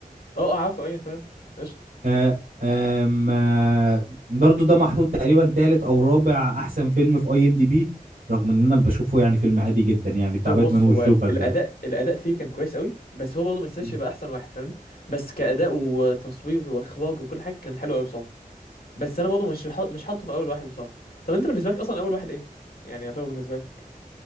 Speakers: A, on the left; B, on the right.
A: اه اه عارفه ايوه تمام قشطه
B: آه آم، آه برضو ده محطوط تقريبا تالت او رابع احسن فيلم في اي ام دي بي رغم ان انا بشوفه يعني فيلم عادي جدا يعني بتاع
A: هو
B: باتمان
A: بص
B: والجوكر
A: هو الاداء
B: ده
A: الاداء فيه كان كويس قوي بس هو برضه ما يستاهلش
B: مم.
A: يبقى احسن واحد فاهمني بس كاداء وتصوير واخراج وكل حاجه كان حلو قوي بصراحه بس انا برضه مش حاط- مش حاطه في اول واحد بصراحه طب انت بالنسبه لك اصلا اول واحد ايه يعني يعتبر بالنسبه لك